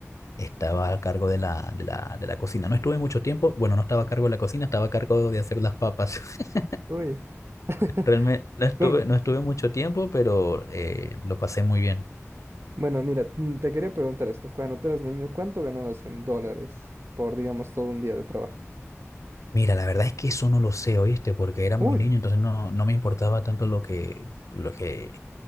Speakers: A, on the left (about 75°); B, on the right (about 55°).
A: Estaba a cargo de la, de la, de la cocina. No estuve mucho tiempo, bueno, no estaba a cargo de la cocina, estaba a cargo de hacer las papas. <laughs>
B: Uy. <laughs>
A: Realmente no estuve,
B: Con-
A: no estuve mucho tiempo, pero eh, lo pasé muy bien.
B: Bueno, mira, mm, te quería preguntar esto, cuando tú eras niño, ¿cuánto ganabas en dólares por, digamos, todo un día de trabajo?
A: Mira, la verdad es que eso no lo sé, ¿oíste? Porque era muy
B: Uy,
A: niño, entonces no, no me importaba tanto lo que, lo que,